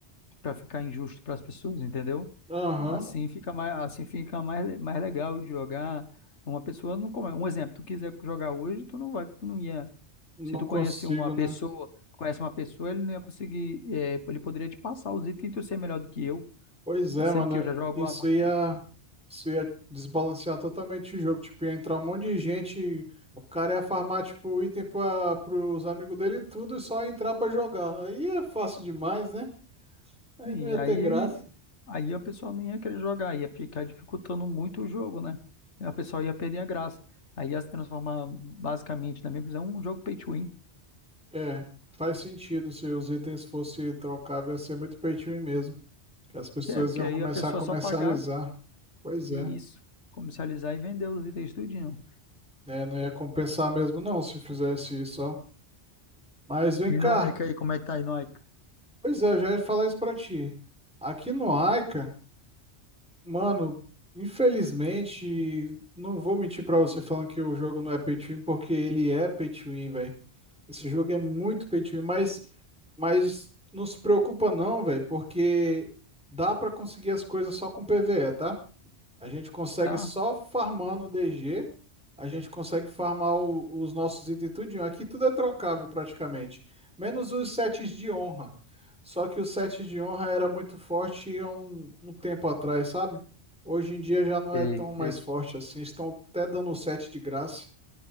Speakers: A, on the left (about 80°); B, in the centre.
A: para ficar injusto para as pessoas, entendeu?
B: Aham.
A: Assim fica mais, assim fica mais, le- mais legal de jogar. Uma pessoa não come. Um exemplo, tu quiser jogar hoje, tu não vai, tu não ia.
B: Não
A: Se tu
B: consigo,
A: conhece uma pessoa,
B: né?
A: conhece uma pessoa, ele não ia conseguir, é, ele poderia te passar os itens e tu ser melhor do que eu,
B: Pois é,
A: sendo
B: mano.
A: que eu já jogo
B: Isso
A: há muito
B: ia,
A: tempo.
B: isso ia desbalancear totalmente o jogo. Tipo, ia entrar um monte de gente. O cara ia farmar, tipo, item para os amigos dele e tudo e só ia entrar pra jogar. Aí é fácil demais, né? Aí
A: Sim,
B: não ia
A: aí,
B: ter graça.
A: aí a pessoa não ia querer jogar, ia ficar dificultando muito o jogo, né? A pessoa ia perder a graça. Aí ia se transformar basicamente, na minha visão, um jogo pay to win.
B: É, faz sentido. Se os itens fossem trocáveis, ia ser muito pay to win mesmo. Que as pessoas
A: É, porque
B: iam
A: aí
B: começar
A: a pessoa
B: a comercializar.
A: só pagar
B: Pois
A: Isso.
B: é.
A: Comercializar e vender os itens tudinho.
B: É, não ia compensar mesmo, não, se fizesse isso, ó. Mas vem cá.
A: E no Ike aí, como é que tá aí no Ike?
B: Pois é, eu já ia falar isso pra ti. Aqui no Aika, mano, infelizmente, não vou mentir pra você falando que o jogo não é pay to win, porque ele é pay to win, velho. Esse jogo é muito pay to win, mas, mas não se preocupa não, velho, porque dá pra conseguir as coisas só com PvE, tá? A gente consegue
A: Tá?
B: só farmando DG, a gente consegue farmar o- os nossos itens tudinho. Aqui tudo é trocável praticamente, menos os sets de honra. Só que o set de honra era muito forte há um, um tempo atrás, sabe? Hoje em dia já não
A: Sei,
B: é tão mais
A: sei.
B: forte assim. Estão até dando o set de graça.